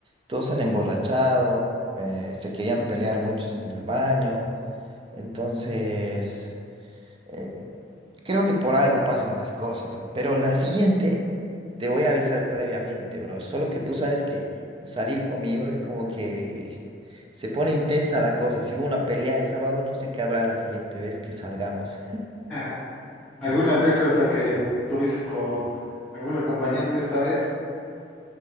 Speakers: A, on the right; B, in the centre.
A: todos se han emborrachado, eh, se querían pelear muchos en el baño, entonces... eh, Creo que por algo pasan las cosas, ah, pero la siguiente te voy a avisar previamente, bro. Solo que tú sabes que salir conmigo es como que se pone intensa la cosa. Si hubo una pelea el sábado, no sé qué habrá la siguiente vez que salgamos.
B: <laughs> ¿Alguna anécdota que tuvieses con algún acompañante esta vez?